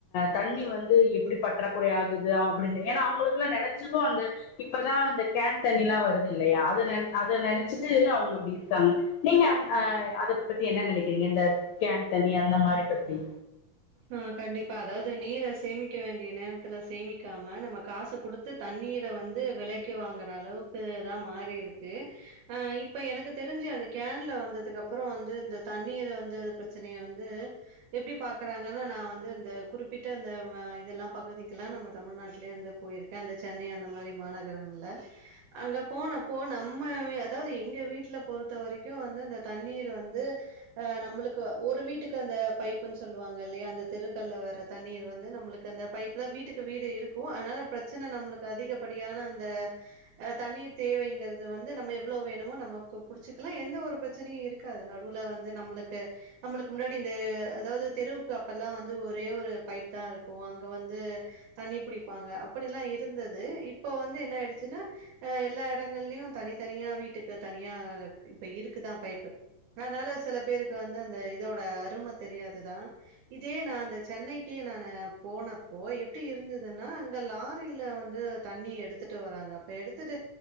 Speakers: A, on the left (about 80°); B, on the right (about 75°).
A: தண்ணி வந்து எப்டி பற்றாக்குறை ஆகுது அப்டின்னு ஏன்னா அவுங்களுக்குல்லா நெனச் சது அந்த இப்பதா அந்த கேன் தண்ணில்லா வருது இல்லையா அத நெ அத நெனச்சுட்டு அவுங்க அப்டி இருக்கா ங்க நீங்க அ அத பத்தி என்ன நெனக்கிறீங்க இந்த கேன் தண்ணி அந்த மாரி பத்தி
B: ஆ கண்டிப்பா அதாவது நீர சேமிக்க வேண்டிய நேரத்துல சேமிக்காம நம்ம காசு குடுத்து தண்ணி நீர வந்து விலைக்கு வாங்குற அளவுக்கு தா மாறி இருக்கு ஆ இப்ப எனக்கு தெருஞ்சு அந் த கேன்ல வந்ததுக்கு அப்பறோ வந்து இந்த தண்ணீர வந்து ப்ரச்சனைய வந்து எப்டி பாக் பாக்குறாங்கன்னா நா வந்து இந்த குறிப்பிட்ட அந்த இதல்லா பகுதிக்கெல்லா நம்ம தமிழ்நாட்லயேந்து போயிருக்கே அந்த சென்னை அந்த மாரி மாநகரங்கள்ல அங்க போனப்போ நம்ம வெ அதாவது எங்க வீட்ல போற பொருத்த வரைக்கு வந்து அந்த தண்ணீர் வந்து அ நம்மளுக்கு ஒரு வீட்டுக்கு அந்த பைப்புன் சொ சொல்லுவாங்க இல்லயா அந்த தெருக்கல்ல வர தண்ணீர் வந்து நம்மளுக்கு அந்த பைப்ல வீட்டுக்கு வீடு இருக்கு ஆனா ப்ரச்சன ன நம்மளுக்கு அதிகப்படியான அந்த தண்ணீர் தேவைங்கிறது வந்து நம்ம எவ்ளோ வேணுமோ நம்மக்கு புடிச்சுக்கலா எந்த ஒரு ப்ரச்சனையு இருக்காது நடுவுல வந்து நம்மளுக்கு நம்மளுக்கு முன்னாடி இந்த அதாவது தெருவுக்கு அப்பல்லா வந்து ஒரே ஒரு பைப் தா இருக்கு அங்க வந்து தண்ணி புடிப்பாங்க அப்படில்லா இருந்தது இப்போ வந்து என்ன ஆயிடுச்சுன்னா அ எல்லா எடங்கள்லயு தனித்தனியா வீட்டுக்கு தனியா க்கு இப்ப இருக்குதா பைப்பு அதனால சில பேருக்கு வந்து அந்த இதோட அருமை தெரியாதுதா இதே நா அந்த சென்னைக்கே நானு போனப்போ எப்டி இருந்துதுன்னா அங்க லாரில வந்து தண்ணி எடுத்துட்டு வராங்க அப்ப எடுத்துட்டு